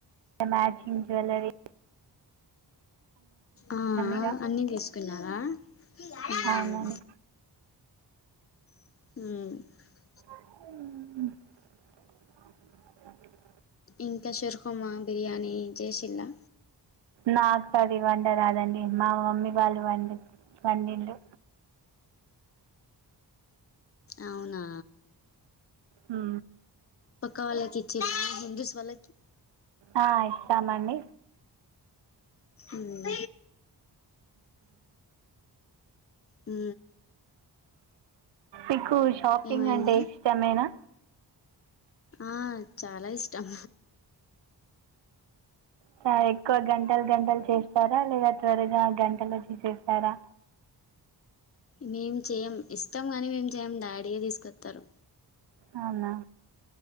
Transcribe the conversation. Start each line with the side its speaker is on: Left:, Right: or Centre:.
Right: మ్యాచింగ్ జ్యవెల్లరీ
Left: ఆ
Right: ఇక
Left: అన్నీ తీసుకున్నారా హ్
Right: అవునండి
Left: హ్
Right: ఉహు <inaudible>
Left: ఇంకా చరుకుమ్మా బిర్యానీ జెశిల్లా
Right: నాకు పెద్ద వంటరాదండి మా మమ్మీ వాళ్ళు వం వండిర్
Left: అవునా
Right: హు
Left: పక్క వాళ్ళకి ఇచ్చింన్న హిందుస్ వాల్కి
Right: ఆ ఇస్తామండి
Left: ఉమ్ హు
Right: ఇ కు షాపింగ్
Left: ఏమైంది
Right: అంటే ఇష్టమేనా
Left: ఆ చాలా ఇష్టం
Right: స గంటలు గంటలు చేస్తారా లేద చివరగా గంటలు వచ్చిసేస్తారా
Left: మేం చేయం ఇష్టం ని మేం చేయం డాడీ ఏ తీసుకొత్తరు
Right: అవునా